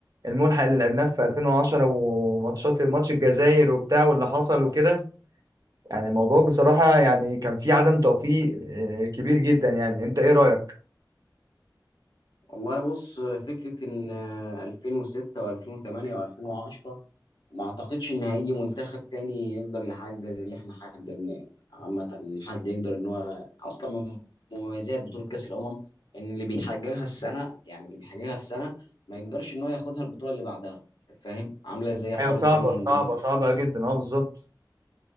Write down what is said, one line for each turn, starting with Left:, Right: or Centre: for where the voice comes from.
Right: الملحق اللي لعبناه في 2010 وماتشات ماتش الجزائر وبتاع واللي حصل وكده يعني الموضوع بصراحة يعني كان فيه عدم توفيق آه، كبير جدا يعني انت ايه رأيك؟
Left: والله بص فكرة ان 2006 و2008 و2010 ما اعتقدش ان هيجي منتخب تاني يقدر يحقق اللي احنا حققناه عامة ان حد يقدر ان هو اصلا من مميزات بطولة كأس الأمم ان اللي بيحققها السنة يعني اللي بيحققها في سنة ما يقدرش ان هو ياخدها البطولة اللي بعدها انت فاهم عاملة زي حوار
Right: ايوه صعبة
Left: الدوري
Right: صعبة
Left: الإنجليزي
Right: صعبة جدا اه بالظبط